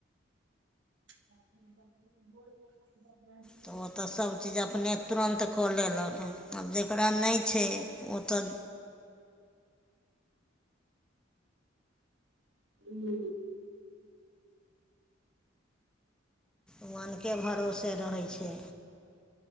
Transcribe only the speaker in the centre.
तऽ ओतऽ सभचीज अपने तुरन्त कऽ लेलक आब जकरा नहि छै ओ तऽ
उ अनके भरोसे रहै छै